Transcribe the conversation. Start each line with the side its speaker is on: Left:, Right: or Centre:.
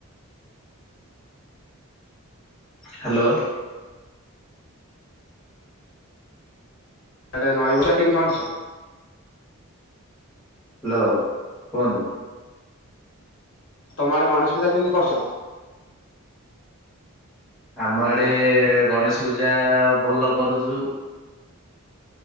Centre: ହ୍ୟାଲୋ।
Left: ସେଟ ନଈବ କେମିତି କଣ ରଖିଛ?
Centre: ହ୍ୟାଲୋ କୁହନ୍ତୁ।
Left: ତମ ଆଡେ ଗଣେଶ ପୂଜା କେମିତି କରୁଛ?
Centre: ଆମ ଆଡେ ଗଣେଶ ପୂଜା ଭଲ କରୁଛୁ।